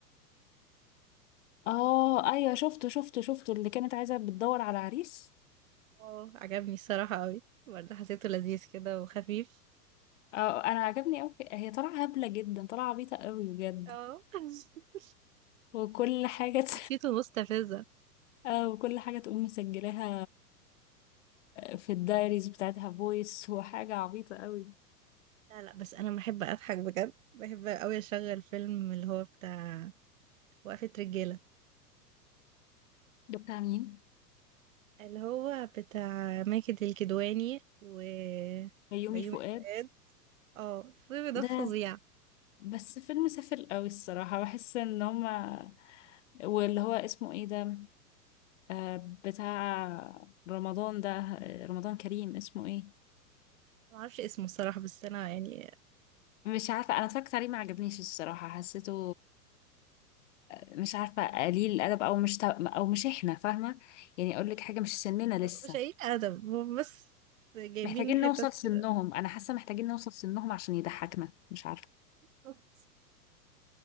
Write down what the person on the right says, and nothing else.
اه عجبني الصراحة قوي برضه حسيته لذيذ كده وخفيف
اه <laughs>
شخصيته مستفزة
لا لا بس انا بحب اضحك بجد بحب قوي اشغل فيلم اللي هو بتاع وقفة رجالة
اللي هو بتاع ماجد الكدواني و
بيومي
فؤاد اه الفيلم ده
فظيع
ما اعرفش اسمه الصراحة بس انا يعني
مش قايل ادب هم بس جايبين
حتت
كده
<laughs>